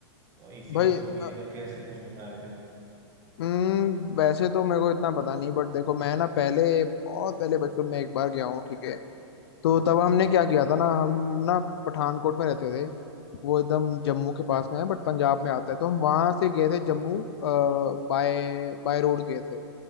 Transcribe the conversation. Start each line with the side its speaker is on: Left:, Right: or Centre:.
Right: तो एसी
Left: भाई
Right: बस होती
Left: अ,
Right: है करके ऐसे कुछ बता रहे थे
Left: हम्म, वैसे तो मेरे को इतना पता नहीं बट देखो मैं ना पहले बहुत पहले बचपन में एक बार गया हूँ ठीक है तो तब हमने क्या
Right: हाँ
Left: किया था ना हम ना पठानकोट में रहते थे वो एकदम जम्मू
Right: हाँ
Left: के पास में है बट पंजाब में आता है तो हम वहां से गए थे जम्मू बाय बाय रोड गए थे